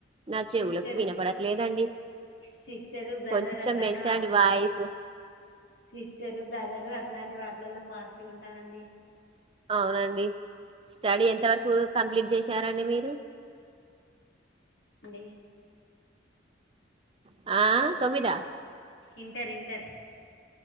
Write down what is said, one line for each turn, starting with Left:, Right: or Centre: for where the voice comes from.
Right: నా చెవులకు
Left: సిస్టర్
Right: వినపడట్లేదండి
Left: సిస్టరు బ్రదర్
Right: కొంచెం
Left: అట్లాంటి
Right: పెంచండి
Left: వాటి
Right: వాయిసు
Left: సిస్టరు బ్రదరు అట్లాంటి వాటిలల్లో ఫాస్ట్గా ఉంటారండి.
Right: అవునండి స్టడీ ఎంత వరకు కంప్లీట్ చేసి చ్చారండి మీరు
Left: ఆండీ
Right: ఆ తొమ్మిదా
Left: ఇంటర్ ఇంటర్